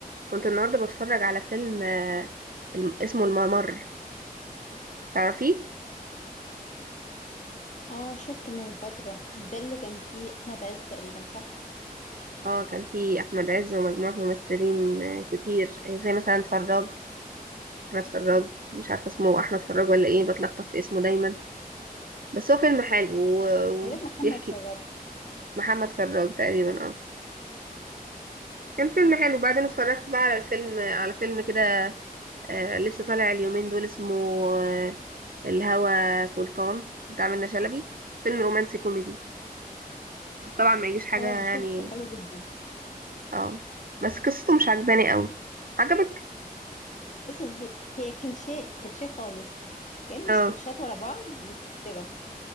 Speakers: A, on the right; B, on the left.
A: كنت النهارده بتفرج على فيلم آه، الم- اسمه الممر تعرفيه
B: اه شفته من فترة مش ده اللي كان فيه أحمد عز تقريبا صح؟
A: اه كان فيه احمد عز ومجموعه ممثلين آه، كتير آه، زي مثلا فراج احمد فراج مش عارفه اسمه احمد فراج ولا ايه بتلخبط في اسمه دايما بس هو فيلم حلو و-
B: لغاية محمد
A: وبيحكي
B: فضل
A: محمد فراج تقريبا اه كان فيلم حلو بعدين اتفرجت بقى على الفيلم على فيلم كده آه، لسه طالع اليومين دول اسمه آه، الهوى سلطان بتاع منة شلبي فيلم رومانسي كوميدي بس طبعا ما يجيش حاجه
B: اه
A: يعني
B: ده شفته حلو جدا
A: اه بس قصته مش عجباني قوي عجبك
B: بس هي هي كليشيه كليشيه خالص كأنه
A: اه
B: سكتشات ورا بعض مترتبة